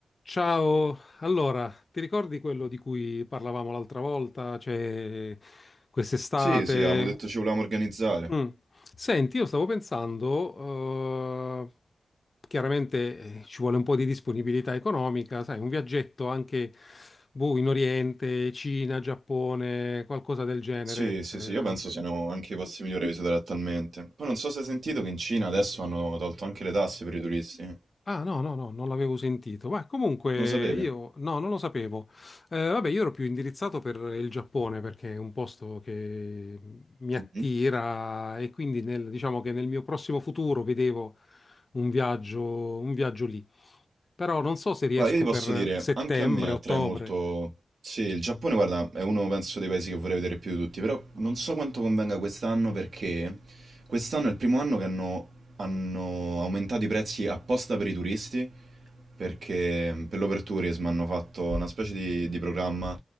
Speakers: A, on the left; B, on the right.
A: Ciao, allora, ti ricordi quello di cui parlavamo l'altra volta? Cioè, quest'estate?
B: Sì, sì, avevamo detto ci volevamo organizzare.
A: Mm. Senti, io stavo pensando, eh, chiaramente eh, ci vuole un po' di disponibilità economica, sai, un viaggetto anche boh, in Oriente, Cina, Giappone, qualcosa del genere.
B: Sì, sì,
A: eh,
B: sì, io penso siano anche i posti migliori da visitare attualmente. Poi non so se hai sentito che in Cina adesso hanno tolto anche le tasse per i turisti. Non
A: Ah, no, no, no, non l'avevo sentito. Ma comunque
B: lo sapevi?
A: io, no, non lo sapevo. Eh, vabbè, io ero più indirizzato per il Giappone perché è un posto che mi attira
B: Mm.
A: e quindi nel- diciamo che nel mio prossimo futuro vedevo un viaggio, un viaggio lì. Però non so se riesco
B: Guarda, io ti posso
A: per
B: dire,
A: settembre,
B: anche a me attrae
A: ottobre.
B: molto... Sì, il Giappone, guarda, è uno, penso, dei paesi che vorrei vedere più di tutti, però non so quanto convenga quest'anno perché quest'anno è il primo anno che hanno, hanno aumentato i prezzi apposta per i turisti, perché per l'overtourism hanno fatto una specie di, di programma